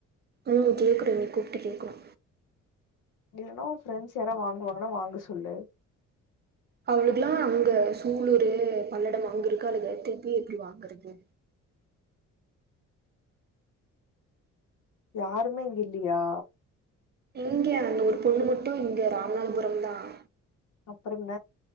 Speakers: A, on the right; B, on the left.
A: ம் கேக்குறேன் நீ கூப்பிட்டு கேக்குறே
B: நீ இல்லனா ஃப்ரெண்ட்ஸ் யாராது வாங்கு வாங்கனா வாங்க சொல்லு
A: அவளுக்கெல்லாம் அங்க சூளூர் பல்லடம் அங்க இருக்காளுக திருப்பி எப்டி வாங்கறது
B: யார் பொண்ணு இங்க இல்லியா
A: எங்க அந்த ஒரு பொண்ணு மட்டும் இங்க ராமநாதபுரம் தான்
B: அப்ற ம